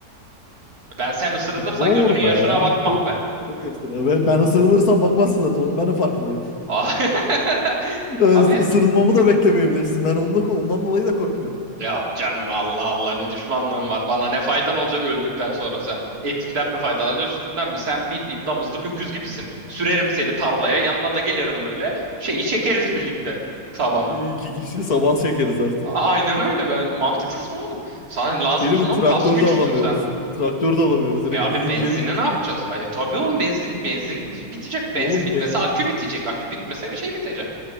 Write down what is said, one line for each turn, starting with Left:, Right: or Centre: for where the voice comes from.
Right: Ben sen ısırılırsan
Left: Zor
Right: gözünün yaşına
Left: be.
Right: bakmam
Left: Çok
Right: be.
Left: çok ekstra. Ve ben ısırılırsam bakmazsın zaten. Onun ben de farkındayım.
Right: <laughs>
Left: Is-
Right: Abi
Left: Isırılmamı da beklemeyebilirsin. Ben onunla, ondan dolayı da korkuyorum.
Right: Yok canım Allah Allah ne düşmanlığın var. Bana ne faydan olacak öldükten sonra sen? Etinden mi faydalanacaksın, sütünden mi? Sen bildiğin damızlık öküz gibisin. Sürerim seni tarlaya, yanına da gelirim böyle. Şeyi çekeriz birlikte tavanı.
Left: İki kişi saban çekeriz artık.
Right: A- Aynen öyle ben mantıksız mı oğlum? Sen lazımsın
Left: Şey değil mi?
Right: oğlum
Left: Traktör
Right: kas gücüsün
Left: de alamıyoruz.
Right: sen.
Left: Traktör de alamıyoruz. Direkt
Right: E abi
Left: bin yıl
Right: benzini
Left: geri gittik.
Right: ne yapacağız?
Left: <laughs>
Right: Ay tabii oğlum benzin benzin bitecek. Benzin
Left: Oğlum
Right: bitmese
Left: ben
Right: akü bitecek. Akü bitmese bir şey bitecek.